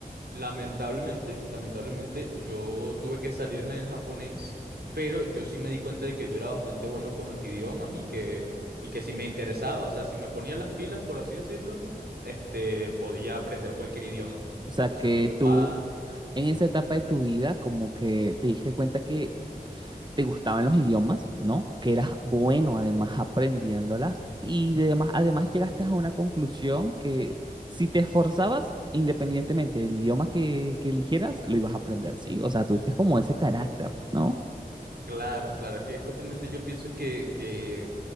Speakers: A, on the right; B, on the right.
A: Lamentablemente, lamentablemente yo tuve que salirme del japonés, pero yo sí me di cuenta de que yo era bastante bueno con los idiomas y que, y que si me interesaba, o sea, si me ponía las pilas, por así decirlo, este, podía aprender cualquier idioma.
B: O sea
A: Entonces
B: que
A: mi papá...
B: tú en esa etapa
A: Ujú.
B: de tu vida como que te diste cuenta que te gustaban los idiomas, ¿no? Que eras bueno además aprendiéndolas y de demás- además llegaste a una conclusión que si te esforzabas, independientemente del idioma que, que eligieras, lo ibas a aprender, ¿sí? O sea, tuviste como ese carácter, ¿no?
A: Claro, claro, es que justamente yo pienso que, que